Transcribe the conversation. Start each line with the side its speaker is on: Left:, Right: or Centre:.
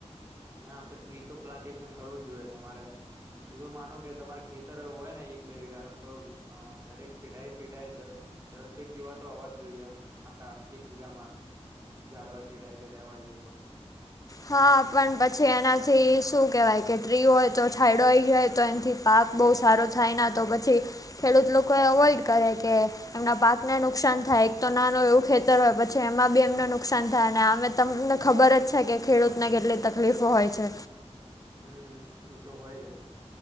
Right: ના આમ તો ટ્રી તો પ્લાન્ટેશન કરવું જ જોઈએ તમારે. હું તો માનું કે તમારે ખેતર હોય ને એક બે વીઘાનું તો અ દરેક શેઢાએ શેઢાએ દ દસેક જેવા તો હોવા જ જોઈએ એમ આખા એક વિઘામાં. ઝાડવા શેઢાએ શેઢાએ વાઇએ તો.
Left: હા પણ પછી એનાથી શું કહેવાય કે ટ્રી હોય તો છાંયડો આઈ ગયો હોય તો એનથી પાક બહુ સારો થાય ના તો પછી ખેડૂત લોકો એ અવોઈડ કરે કે એમના પાકને નુકસાન થાય એક તો નાનું એવું ખેતર હોય પછી એમાં બી એમને નુકસાન થાય અને અમે તમને. ખબર જ છે કે ખેડૂતને કેટલી તકલીફો હોય છે.
Right: હમ્મ એતો હોય છે.